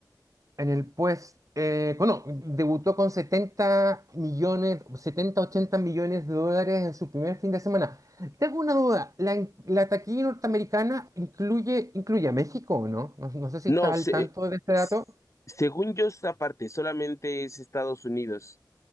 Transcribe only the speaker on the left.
No,
se-
s-
según yo, esta parte solamente es Estados Unidos.